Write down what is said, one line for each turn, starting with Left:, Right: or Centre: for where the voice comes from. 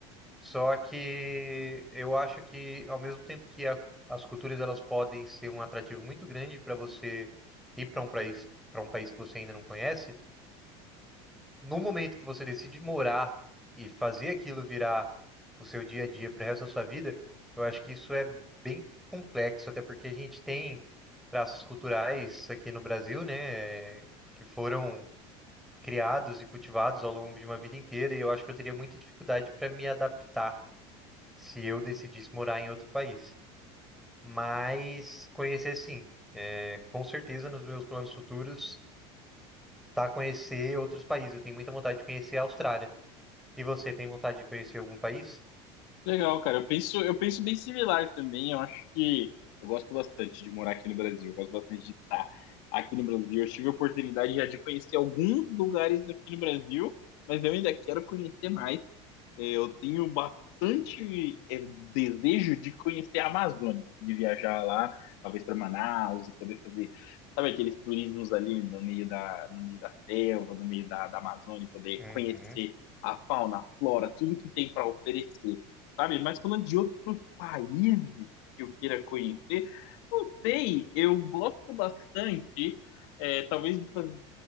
Centre: Só que eu acho que, ao mesmo tempo que a- as culturas elas podem ser um atrativo muito grande para você ir para um país, para um país que você ainda não conhece, no momento que você decide morar e fazer aquilo virar o seu dia a dia para o resto da sua vida, eu acho que isso é bem complexo, até porque a gente tem traços culturais aqui no Brasil, né, que foram criados e cultivados ao longo de uma vida inteira, e eu acho que eu teria muita dificuldade para me adaptar se eu decidisse morar em outro país. Mas conhecer sim, É, com certeza nos meus planos futuros, tá conhecer outros países. Eu tenho muita vontade de conhecer a Austrália. E você tem vontade de conhecer algum país?
Left: Legal, cara. Eu penso, eu penso bem similar também. Eu acho que eu gosto bastante de morar aqui no Brasil. Eu gosto bastante de estar aqui no Brasil. Eu tive a oportunidade já de conhecer alguns lugares aqui no Brasil, mas eu ainda quero conhecer mais. É, Eu tenho bastante eh, desejo de conhecer a Amazônia, de viajar lá, talvez para Manaus e poder fazer, sabe, aqueles turismos ali no meio da, no meio da selva, no meio da, da Amazônia, poder
Centre: Uhum,
Left: conhecer a fauna, a flora, tudo que tem para oferecer, sabe? Mas falando de outros países que eu queira conhecer, não sei, eu gosto bastante, eh, talvez de fazer